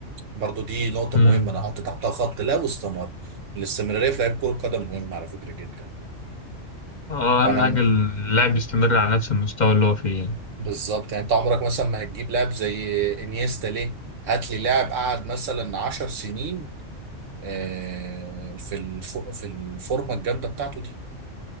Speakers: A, on the right (about 80°); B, on the left (about 40°).
A: برضو دي نقطة
B: مم.
A: مهمة انا حاطط تحتها خط لو استمر الاستمرارية في لعيب كرة قدم مهمة على فكرة جدا
B: اه
A: فانا
B: اهم
A: م-
B: حاجه اللاعب يستمر على نفس المستوى اللي هو فيه يعني.
A: بالظبط يعني انت عمرك مثلا ما هتجيب لاعب زي انيستا ليه؟ هات لي لاعب قعد مثلا 10 سنين آه، في الف- في الفورمة الجامدة بتاعته دي